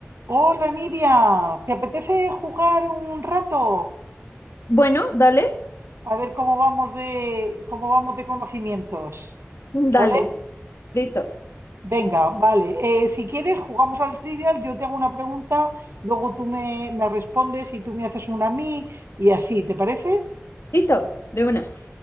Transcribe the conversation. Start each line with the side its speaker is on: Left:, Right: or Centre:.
Right: Hola Nidia, ¿te apetece jugar un rato?
Left: Bueno, dale,
Right: A ver cómo vamos de cómo vamos de conocimientos. ¿Vale?
Left: dale. Listo,
Right: Venga, vale. Eh, si quieres, jugamos al trivial, yo te hago una pregunta, luego tú me, me respondes y tú me haces una a mí y así, ¿te parece?
Left: listo, de una.